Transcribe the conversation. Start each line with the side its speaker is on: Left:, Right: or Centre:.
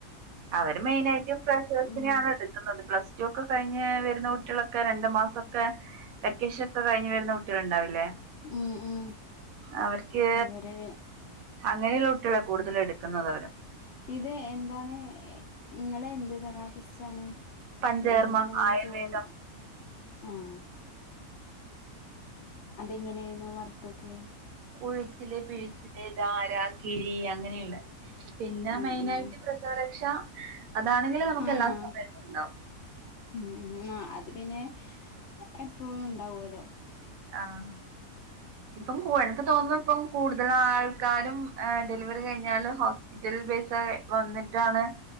Right: അവര് മെയിനായിട്ടും ഫ്രഷേഴ്സിനെയാണ്
Left: ഉം
Right: എടു ക്കുന്നത്. പ്ലസ് ടു ഒക്കെ കഴിഞ്ഞ് വരുന്ന കുട്ടികളൊക്കെ, രണ്ടു മാസം ഒക്കെ വെക്കേഷൻ ഒക്കെ കഴിഞ്ഞു വരുന്ന കുട്ടികളുണ്ടാവുല്ലേ.
Left: ഉം ഉം
Right: അവർക്ക്
Left: അവര്
Right: അങ്ങനെയുള്ള കുട്ടികളെ കൂടുതല് എടുക്കുന്നത് അവര്.
Left: ഇത് എന്താണ് ഇങ്ങളെന്ത് തെറാപ്പിസ്റ്റണ്.
Right: പഞ്ചകർമ്മ
Left: എന്താണ് ഇങ്ങനെ
Right: ആയുർവേദം
Left: ജോലി ആഹ് അതെങ്ങനെന്നു വർക്കൊക്കെ
Right: ഒഴിച്ചില് പിഴിച്ചില് ധാര, കിഴി, അങ്ങനെയൊക്കെ. പിന്നെ
Left: ഉം
Right: മെയിനായിട്ട്
Left: ഉം
Right: പ്രസവരക്ഷ അതാണെങ്കിലും നമുക്ക്
Left: ആഹ്
Right: എല്ലാ സമയത്തുണ്ടാവും
Left: ഉം ആഹ് അത് പിന്നെ എപ്പഴും ഇണ്ടാവല്ലോ.
Right: ആഹ് ഇപ്പം എനിക്ക് തോന്നുന്നു, ഇപ്പം കൂടുതൽ ആൾക്കാരും ഡെലിവറി കഴിഞ്ഞാല് ഹോ സ്പിറ്റൽ പൈസ വന്നിട്ടാണ്